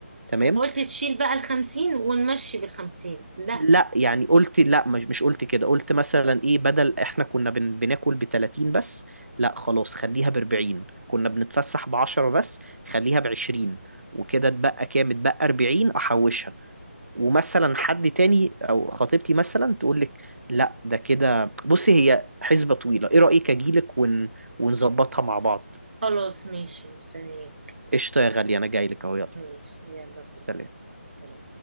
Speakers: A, on the right; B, on the right.
A: تمام
B: قلت تشيل بقى الخمسين ونمشي بالخمسين لا
A: لا يعني قلت لا مش مش قلت كده قلت مثلا ايه بدل احنا كنا بن بناكل ب 30 بس لا خلاص خليها ب 40 كنا بنتفسح ب 10 بس خليها ب 20 وكده اتبقى كام اتبقى 40 احوشها ومثلا حد تاني او خطيبتي مثلا تقول لك لا ده كده بصي هي حسبة طويلة ايه رأيك اجيلك ون... ونظبطها مع بعض
B: خلاص ماشي مستنياك
A: قشطة يا غالية انا جاي لك اهو يلا
B: ماشي يلا بينا
A: سلام
B: سلام.